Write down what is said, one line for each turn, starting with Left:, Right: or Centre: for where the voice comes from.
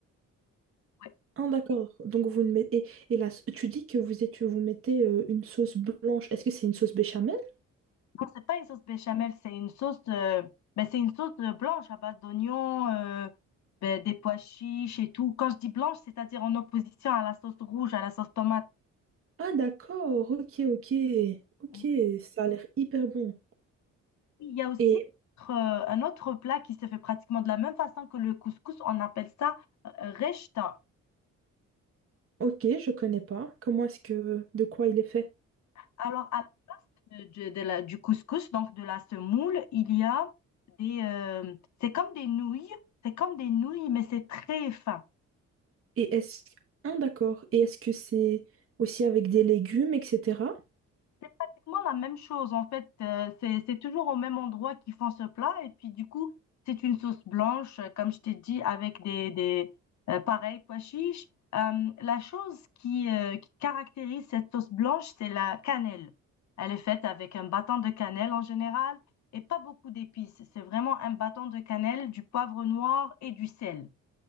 Left: ouais.
Right: Ah, d'accord. Donc vous ne mettez et, là tu dis que vous êtes vous mettez euh, une sauce blanche. Est-ce que c'est une sauce béchamel?
Left: Non, c'est pas une sauce béchamel, c'est une sauce, euh, ben, c'est une sauce euh, blanche à base d'oignons, euh, ben, des pois chiches et tout. Quand je dis blanche, c'est-à-dire en opposition à la sauce rouge, à la sauce tomate.
Right: Ah d'accord. Ok ok ok.
Left: Oui,
Right: Ça a l'air hyper bon.
Left: Il y a aussi
Right: Et
Left: euh, un autre plat qui se fait pratiquement de la même façon que le couscous. On appelle ça euh, rechta.
Right: ok, je connais pas. Comment est-ce que de quoi il est fait?
Left: Alors, à la de- de- de la- du couscous, donc de la semoule, il y a des... euh, c'est comme des nouilles. C'est comme des nouilles, mais c'est très fin.
Right: Et est-ce ah d'accord. Et est-ce que c'est aussi avec des légumes, etc.
Left: C'est pratiquement la même chose en fait. Euh, c'est, c'est toujours au même endroit qu'ils font ce plat. Et puis du coup, c'est une sauce blanche, euh, comme je t'ai dit, avec des, des euh, pareils pois chiches. Euh, la chose qui, euh, qui caractérise cette sauce blanche, c'est la cannelle. Elle est faite avec un bâton de cannelle en général et pas beaucoup d'épices. C'est vraiment un bâton de cannelle, du poivre noir et du sel.